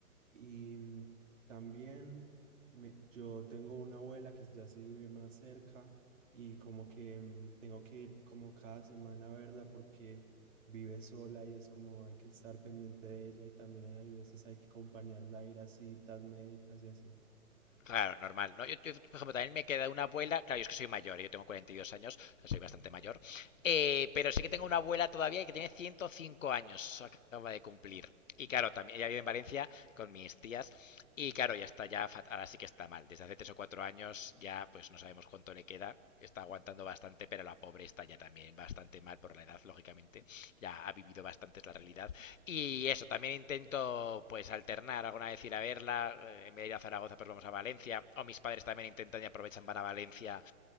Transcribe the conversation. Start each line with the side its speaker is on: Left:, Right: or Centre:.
Right: Y mm, también me- yo tengo una abuela que ya sí vive más cerca y como que mm, tengo que ir como cada semana a verla porque vive sola y es como hay que estar pendiente de ella y también hay veces hay que acompañarla a ir a citas médicas y así.
Left: Claro, normal, ¿no? Yo, yo, por ejemplo, también me queda una abuela, claro, yo es que soy mayor, yo tengo 42 años, o sea, soy bastante mayor, eh, pero sí que tengo una abuela todavía que tiene 105 años, acaba de cumplir. Y claro, también ella vive en Valencia con mis tías y claro, ya está, ya fat- ahora sí que está mal. Desde hace tres o cuatro años ya pues no sabemos cuánto le queda. Está aguantando bastante, pero la pobre está ya también bastante mal por la edad, lógicamente. Ya ha vivido bastante es la realidad y eso, también intento pues alternar, alguna vez ir a verla, eh, en vez de ir a Zaragoza pues vamos a Valencia, o mis padres también intentan y aprovechan, van a Valencia.